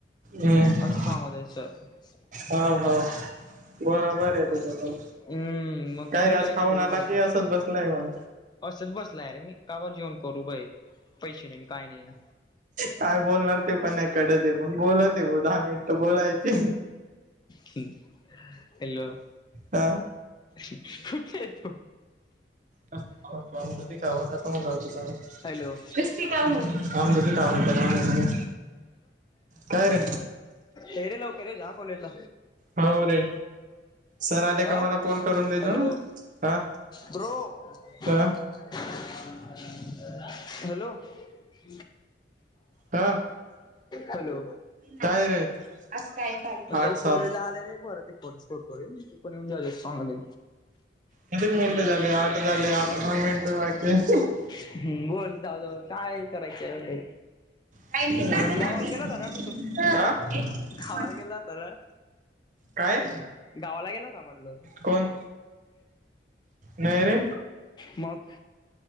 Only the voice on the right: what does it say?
हम्म
हाव हाव बरोबर आहे तुझं
काय रे आज
खाऊन
आला
की
असंच बसलंय म्हण
काय बोलणार ते पण नाही कडत हे पण बोलत हे भो दहा मिनिट बोलायचे
हा
<unintelligible> कावा <inaudible> कोन गांव ची सांगा
क्रिस्पी काहू का म्हणते का म्हणते ना काय रे
हाव रे सर आले का
मला कॉल करून देजो
ना हा
हा
हा
काय रे आज काय तारीख
आठ सात
कितीक मिनिटं झाले आठ झाले आता दोन मिनिटं बाकी आहेत.
काय नीट लागलं ना
आम्ही
हा
काय
कोण नाही रे